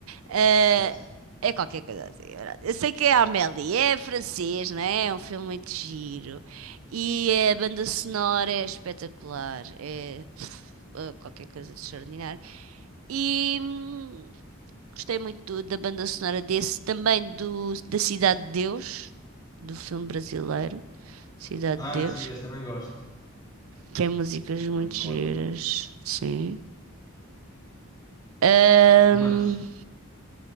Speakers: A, on the right; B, on the left.
A: Eh,
B: deve ser.
A: é qualquer coisa assim. é verdade. Eu sei que é Amélie, é francês, não é? É um filme muito giro. E a banda sonora é espetacular. É pff, eh, qualquer coisa de extraordinário. E hum, gostei muito do- da banda sonora desse, também do, da Cidade de Deus, do filme brasileiro, Cidade
B: Ah,
A: de Deus.
B: sim, esse também gosto,
A: Tem músicas muito
B: muito bom
A: giras,
B: também.
A: sim. Hum,
B: E mais?